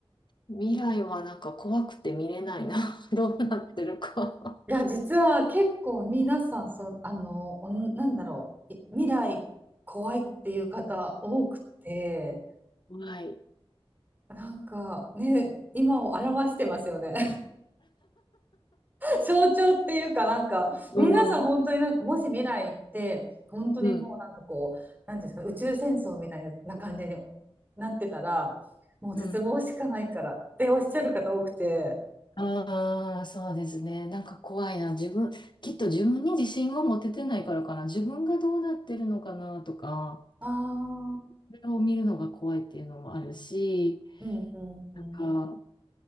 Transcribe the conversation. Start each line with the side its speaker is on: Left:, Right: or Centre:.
Left: 未来はなんか怖くて見れないな。<laughs> どうなってるか。
Right: いや、実は結構皆さん、そ、あの、おんなんだろう、い未来怖いっていう方多くて、
Left: うん。はい。
Right: なんかね、今を表してますよね。象徴っていうかなんか皆さん本当になんかもし未来行って本当にもうなんかこうなんていうんですか宇宙戦争みたいな感じに
Left: うん。うん。
Right: なってたらもう絶望しかないからっておっしゃる方多くて
Left: うん。ああ、そうですね。なんか怖いな。自分、きっと自分に自信が持ててないからかな。自分がどうなってるのかなとか、
Right: ああ
Left: それを見るのが怖いっていうのもあるし、
Right: うんうんうん
Left: なんか、